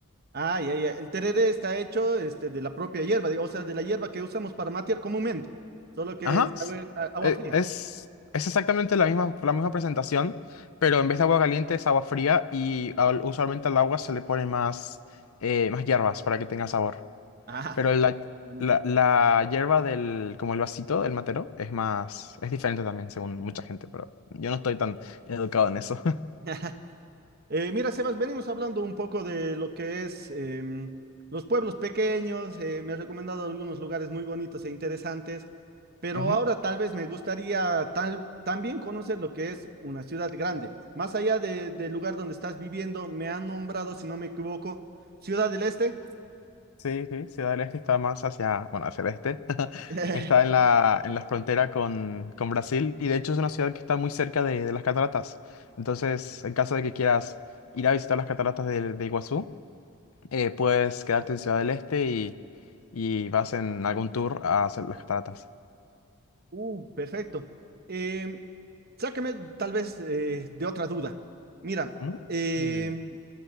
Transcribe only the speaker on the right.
Ah, ya, ya. El tereré está hecho este, de la propia hierba, digo, o sea, de la hierba que usamos para matear comúnmente, solo que
es
agua, a- agua
fría.
Ajá.
bu- buenísimo.
<laughs> Eh, mira, Sebas, venimos hablando un poco de lo que es em, los pueblos pequeños, eh, me has recomendado algunos lugares muy bonitos e interesantes, pero
ahora tal vez me gustaría tal, también conocer lo que es una ciudad grande. Más allá de- del lugar donde estás viviendo, me han nombrado, si no me equivoco, Ciudad del Este.
<laughs>
Uh, perfecto. Em, sácame tal vez eh, de otra duda. Mira,
em,